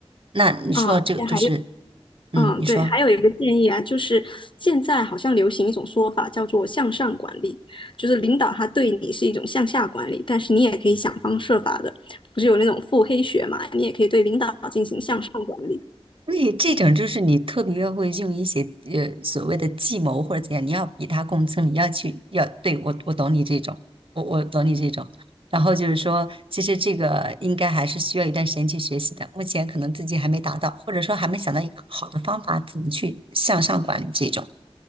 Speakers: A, on the right; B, on the left.
A: 那你说到这个就是，
B: 啊。现在还有
A: 嗯，
B: 嗯，
A: 你说。
B: 对，还有一个建议啊，就是现在好像流行一种说法叫做向上管理，就是领导他对你是一种向下管理，但是你也可以想方设法的，不是有那种腹黑学嘛，你也可以对领导进行向上管理，
A: 对，这种就是你特别要会用一些呃所谓的计谋或者怎样，你要比他更聪你要去要对我我懂你这种，我我懂你这种。然后就是说，其实这个应该还是需要一段时间去学习的，目前可能自己还没达到，或者说还没想到一个好的方法怎么去向上管理这种。